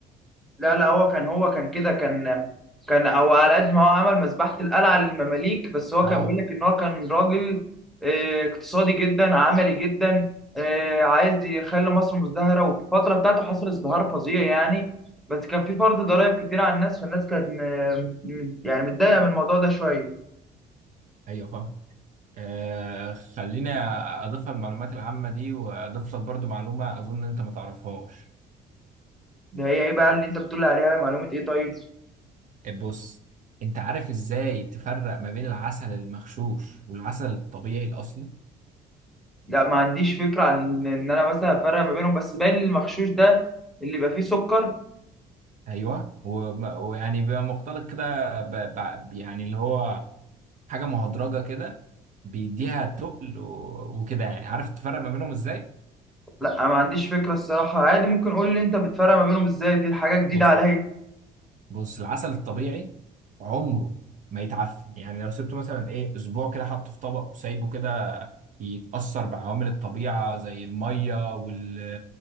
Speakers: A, in the centre; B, on the right (about 50°).
A: لا لا هو كان هو كان كده كان كان او على قد ما هو عمل مذبحة القلعة للمماليك بس هو
B: اه
A: كان بيقول لك ان هو كان راجل آه، اقتصادي جدا عملي جدا آه، عايز يخلي مصر مزدهرة وفي الفترة بتاعته حصل ازدهار فظيع يعني بس كان في فرض ضرائب كتير على الناس فالناس كانت م- م- يعني متضايقة من الموضوع ده شوية
B: ايوه فاهم آه خليني اضيفها المعلومات العامه دي واضيف لك برضو معلومه اظن انت ما تعرفهاش
A: ده هي ايه بقى اللي انت بتقول عليها معلومة ايه طيب
B: آه، بص انت عارف ازاي تفرق ما بين العسل المغشوش والعسل الطبيعي الاصلي
A: لا ما عنديش فكرة عن ان انا مثلا افرق ما بينهم بس باين المغشوش ده اللي يبقى فيه سكر
B: ايوه وم- ويعني بيبقى مختلط كده ب... ب... يعني اللي هو حاجه مهدرجه كده بيديها تقل و... وكده يعني عارف تفرق ما بينهم ازاي
A: لا أنا ما عنديش فكرة الصراحة عادي ممكن قول لي أنت بتفرق ما بينهم إزاي دي حاجة جديدة
B: بص،
A: عليا
B: بص العسل الطبيعي عمره ما يتعفن يعني لو سبته مثلا ايه اسبوع كده حطه في طبق وسايبه كده يتأثر بعوامل الطبيعة زي المية وال...